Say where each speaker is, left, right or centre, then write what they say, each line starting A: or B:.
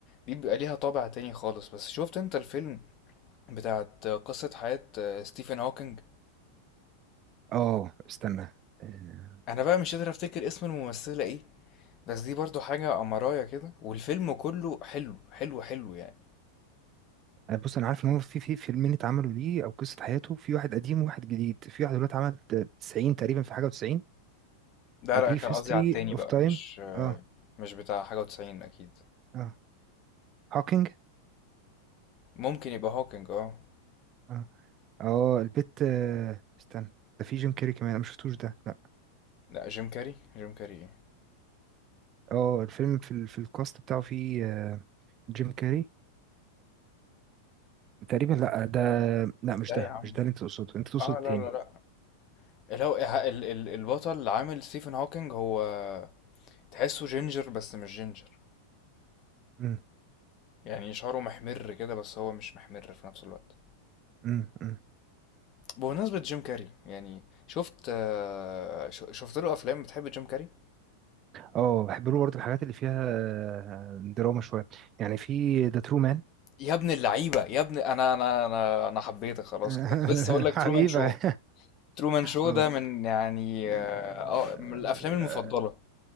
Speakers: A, on the left; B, on the right.
A: دي بيبقى ليها طابع تاني خالص بس شفت انت الفيلم بتاعت قصة حياة آه، ستيفن هوكينج
B: اه استنى آه،
A: أنا بقى مش قادر أفتكر اسم الممثلة ايه بس دي برضو حاجة أمراية كده والفيلم كله حلو حلو حلو يعني
B: أنا بص انا عارف ان هو في في فيلمين اتعملوا ليه او قصه حياته في واحد قديم وواحد جديد في واحد دلوقتي عمل 90 تقريبا في حاجه و90
A: ده
B: A
A: لا
B: Brief
A: كان
B: History
A: قصدي على التاني بقى
B: of Time
A: مش آه،
B: اه
A: مش بتاع حاجة وتسعين أكيد
B: اه هوكينج
A: ممكن يبقى هوكينج اه
B: اه اه البت آه. استنى ده في جيم كاري كمان انا ما شفتوش ده لا
A: لا جيم كاري جيم كاري ايه
B: اه الفيلم في ال... في الكاست بتاعه في آه. جيم كاري تقريبا لا ده لا مش
A: لا
B: ده
A: يا عم
B: مش ده اللي انت تقصده انت تقصد
A: اه
B: التاني
A: لا لا لا اللي هو إيه- ال- ال- البطل اللي عامل ستيفن هوكينج هو تحسه جينجر بس مش جينجر
B: امم
A: يعني شعره محمر كده بس هو مش محمر في نفس الوقت
B: امم امم
A: بمناسبة جيم كاري يعني شفت آه، ش- شفت له افلام بتحب جيم كاري
B: اه بحب له برضه الحاجات اللي فيها آه، دراما شويه يعني في ذا ترو مان
A: يا ابن اللعيبة يا ابن انا انا انا انا حبيتك خلاص
B: <laughs>
A: كده كنت لسه هقول لك
B: حبيبة
A: ترومان شو ترومان شو
B: اه
A: ده من يعني اه
B: آه،
A: آه، من الافلام المفضلة